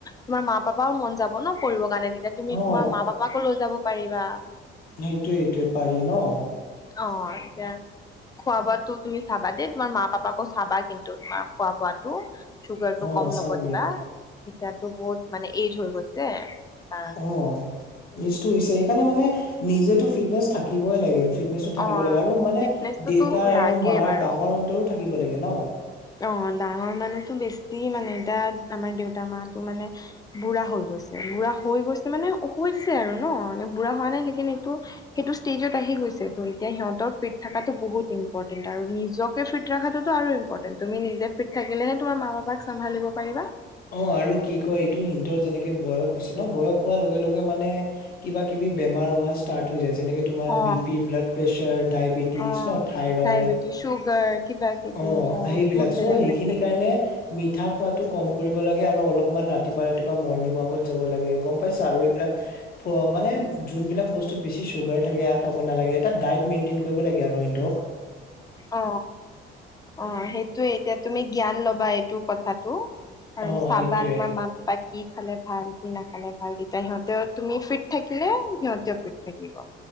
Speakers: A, on the left; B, on the left.
A: তোমাৰ মা পাপাও মন যাব হ ন কৰিব কাৰণে তেতিয়া তুমি
B: অ
A: তোমাৰ মা পাপাকো লৈ যাব পাৰিবা
B: সেইটোয়ে এইটোোৱে পাৰি ন
A: অ এতিয়া খোৱা বোৱাো তুমি চাবা দেই তোমাৰ মা পাপাকো চাবা কিন্তু তোমাৰ খোৱা বোৱাটো চুগাৰ টো
B: অ
A: কম ল'ব
B: চাম
A: দিবা
B: দিয়া
A: এতিয়াতো বহুত মানে এইজ হৈ গৈছে সেইকাৰণ
B: অ নিটো হৈছে এইকাৰণে মানে নিজেতো ফিটনেচ থাকিবই লাগে ফিটনেচো থাকিব
A: অ
B: লাগে আৰু মানে
A: ফিটনেচটোতো
B: দেউতা
A: লাগেই
B: আৰু মাৰ
A: বাৰু
B: ডাঙৰ হুতৰো থাকিব লাগে ন
A: অ ডাঙৰ মানহো বেছি মানে এতিয়া আমাৰ দেউতা মটো মানে বুঢ়া হৈ গৈছে বুঢ়া হৈ গৈছে মানে হৈছে আৰু ন মানে বুঢ়া হোৱা নাই লকিন এইটো সেইটো ষ্টেজত আহি গৈছে ত এতিয়া সিহঁতৰ ফিট থকাটো বহুত ইম্পৰ্টেন্ট আৰু নিজকে ফিট ৰখো আৰু ইম্পৰ্টেণ্ তুি নিজে ফিট থাকিলেহে তোমাৰ মা বাপাক চ্ভিব পাৰা
B: অ আৰু কি কয় এইটো সিহঁতৰ যেনেকে বয়স হৈছে ন বয়স হোৱাৰ লগে লগে মানে কিবা কিবি বেমাৰ অহা ষ্টাৰ্ট হৈ যায় যেনেকে তোমাৰ
A: অ
B: বি পি ব্লাড প্ৰেছাৰ ডায়েবেটিছ
A: অ
B: ন থাইৰইড
A: ডায়বেটিছ চুগাৰ কিবা কিবি
B: অ সেইবিলাক
A: বহুত বেলেগ
B: চ
A: বেলেগ
B: সেইখিনি
A: থাকে
B: কাৰণে মিঠা খোৱাতটো কম কৰিব লাগে আৰু অলপমান ৰাতিপুৱা ৰাতিপুৱা মৰ্ণিং ৱাকত যাব লাগে গম পাইছো আৰু এইবিলাক মানে যোনবিলাক বস্তুত বেছি চুগাৰ থাকে আৰু খাব নালাগে এটা ডায়েট মেইনটেইন কৰিব লাগে আৰু সিহতক
A: অ অ সেইটোোৱে এতিয়া তুমি জ্ঞান ল'বা এইটো কথাটো আৰু
B: অ
A: চাহাবা
B: সেইটোয়ে
A: তোমাৰ মা বা কি খালে ভাল, কি নাখালে ভাল, তেতিয়া সিহঁতে তুমি ফিট থাকিলে সিহঁতেও ফিট থাকিব।